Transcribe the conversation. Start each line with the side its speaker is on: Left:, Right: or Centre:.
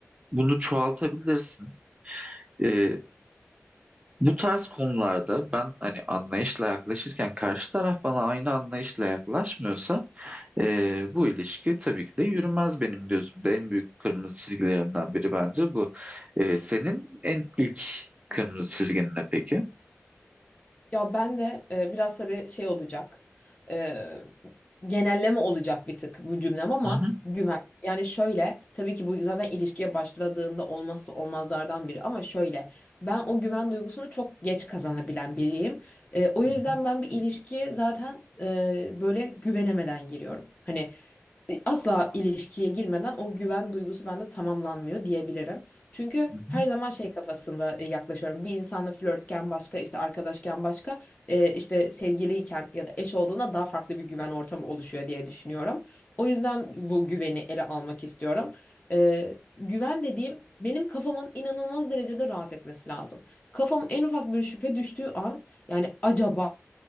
Right: bunu çoğaltabilirsin. E, Bu tarz konularda ben hani anlayışla yaklaşırken karşı taraf bana aynı anlayışla yaklaşmıyorsa e, bu ilişki tabii ki de yürümez benim gözümde. En büyük kırmızı çizgilerimden biri bence bu. E, senin en ilk kırmızı çizgin ne peki?
Left: Ya ben de e, biraz tabii şey olacak. e, genelleme olacak bir tık bu cümlem ama
Right: Hı hı.
Left: güven. Yani şöyle tabii ki bu zaten ilişkiye başladığında olmazsa olmazlardan biri ama şöyle ben o güven duygusunu çok geç kazanabilen biriyim. E, o yüzden
Right: Hı hı.
Left: ben bir ilişkiye zaten e, böyle güvenemeden giriyorum. Hani e, asla ilişkiye girmeden o güven duygusu bende tamamlanmıyor diyebilirim. Çünkü
Right: hı hı.
Left: her zaman şey kafasında e, yaklaşıyorum. Bir insanla flörtken başka, işte arkadaşken başka, e, işte sevgiliyken ya da eş olduğunda daha farklı bir güven ortamı oluşuyor diye düşünüyorum. O yüzden bu güveni ele almak istiyorum. E, güven dediğim benim kafamın inanılmaz derecede rahat etmesi lazım. Kafam en ufak bir şüphe düştüğü an yani acaba